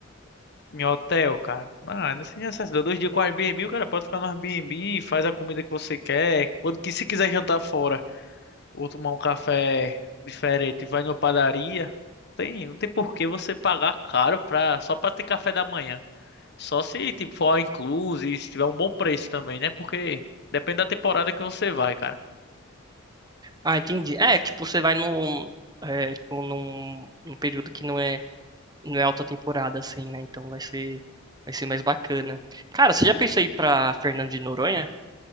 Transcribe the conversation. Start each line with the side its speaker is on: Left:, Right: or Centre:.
Left: em hotel, cara. Ah, não sei necessidade. Dois dias com Airbnb, o cara pode ficar no Airbnb, faz a comida que você quer. Quando que se quiser jantar fora. ou tomar um café diferente, vai numa padaria, não tem, não tem por que você pagar caro pra, só pra ter café da manhã. Só se tipo for all inclusive, se tiver um bom preço também, né? Porque depende da temporada que você vai, cara.
Right: Ah, entendi. É, tipo, você vai num, é, tipo, num, num período que não é não é alta temporada, assim, né? Então vai ser, vai ser mais bacana. Cara, você já pensou em ir pra Fernando de Noronha?